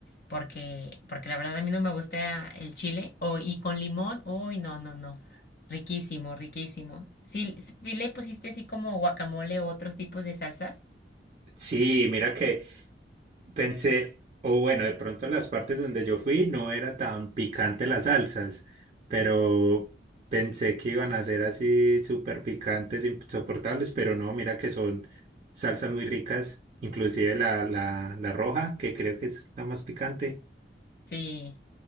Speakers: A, on the left; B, on the right.
A: porque, porque la verdad a mí no me gusta el chile, o, y con limón, uy, no, no, no. Riquísimo, riquísimo. Sí, s- sí le pusiste así como guacamole o otros tipos de salsas.
B: Sí, mira que Pensé, o bueno, de pronto en las partes donde yo fui no era tan picante las salsas, pero pensé que iban a ser así súper picantes, insoportables, pero no, mira que son salsas muy ricas, inclusive la, la, la roja, que creo que es la más picante,
A: Sí,